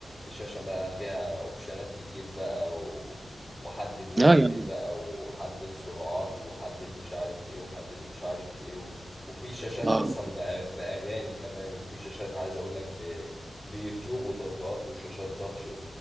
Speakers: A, on the left (about 25°); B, on the right (about 30°).
A: الشاشة بقى فيها اوبشنات كتير بقى و... وحدد وقت
B: اه يعني
A: بقى وحدد سرعات وحدد مش عارف ايه وحدد مش عارف ايه و... وفي شاشات
B: اه
A: اصلا بأ... بأغاني كمان وفي شاشات عايز اقول لك ب... بيوتيوب وتطبيقات وشاشات تاتش و...